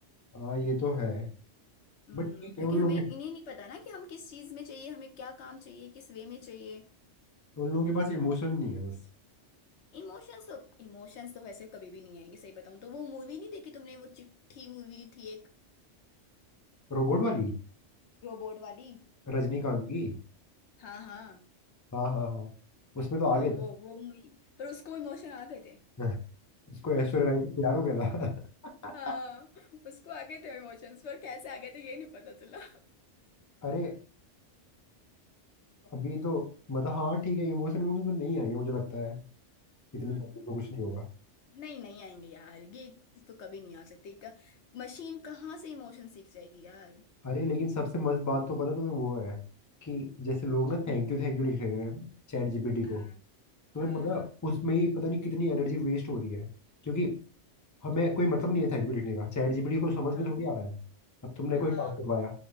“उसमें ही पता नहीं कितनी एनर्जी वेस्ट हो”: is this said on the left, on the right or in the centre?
Left